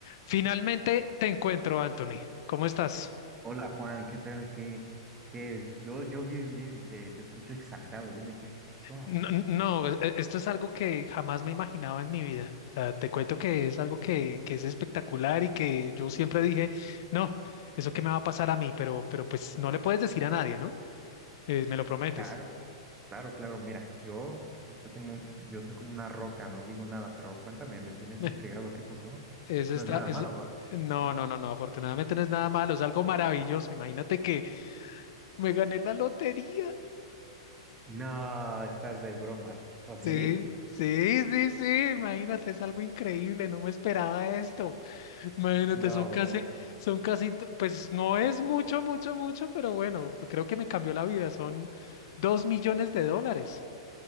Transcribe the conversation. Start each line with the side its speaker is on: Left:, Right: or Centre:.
Left: Finalmente te encuentro, Anthony. ¿Cómo estás?
Right: Hola Juan, ¿qué tal? ¿Qué, qué? Yo, yo bien, bien, te, te escucho exaltado, dime, ¿qué, qué pasó?
Left: No, no, e- esto es algo que jamás me imaginaba en mi vida. O sea, te cuento que es algo que, que es espectacular y que yo siempre dije, no, eso que me va a pasar a mí, pero, pero pues no le puedes decir a nadie, ¿no? Eh, me lo prometes.
Right: Claro, claro, claro, mira, yo, yo soy como un- yo soy como una roca, no digo nada, pero cuéntame, me tienes
Left: <laughs> Meh,
Right: intrigado, ¿qué pasó?
Left: Eso
Right: No
Left: está,
Right: es nada
Left: eso-
Right: malo, ¿va?
Left: No,
Right: ¿Qué?
Left: no, no, no, afortunadamente no es nada malo, es algo maravilloso. Imagínate que me gané la lotería.
Right: No, estás de broma. ¿O sí?
Left: Sí, sí, sí, sí, imagínate, es algo increíble, no me esperaba esto. Imagínate,
Right: No,
Left: son casi,
Right: brother.
Left: son casi, t- pues no es mucho, mucho, mucho, pero bueno, creo que me cambió la vida. Son dos millones de dólares.